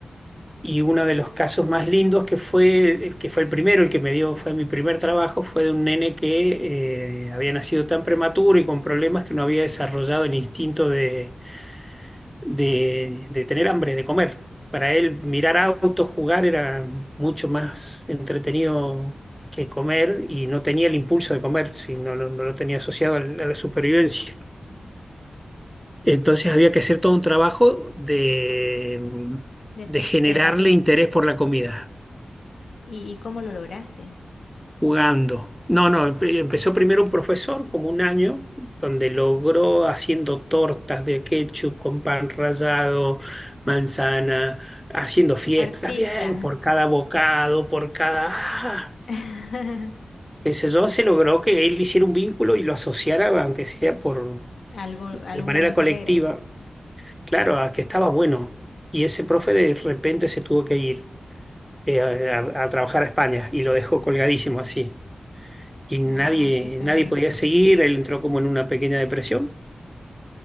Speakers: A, in the centre; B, on the left (about 75°).
A: y uno de los casos más lindos que fue, que fue el primero, el que me dio, fue mi primer trabajo, fue de un nene que eh, había nacido tan prematuro y con problemas que no había desarrollado el instinto de de, de tener hambre, de comer. Para él mirar autos, jugar era mucho más entretenido que comer y no tenía el impulso de comer, si no, lo no lo tenía asociado al- a la supervivencia. Entonces había que hacer todo un trabajo de,
B: De
A: de
B: te-
A: generarle
B: terapia.
A: interés por la comida.
B: ¿Y, y cómo lo lograste?
A: jugando. No, no, empe- empezó primero un profesor, como un año, donde logró haciendo tortas de ketchup con pan rallado, manzana, haciendo fiestas,
B: Artista.
A: bien, por cada bocado, por cada... ¡ah!
B: <laughs>
A: qué sé yo, se logró que él hiciera un vínculo y lo asociara, aunque sea por,
B: Algo,
A: de
B: algún
A: manera
B: momento
A: colectiva,
B: alegre.
A: claro, a que estaba bueno. Y ese profe de repente se tuvo que ir eh, a, a- a trabajar a España y lo dejó colgadísimo así. y nadie,
B: Wow, qué pena.
A: nadie podía seguir, él entró como en una pequeña depresión,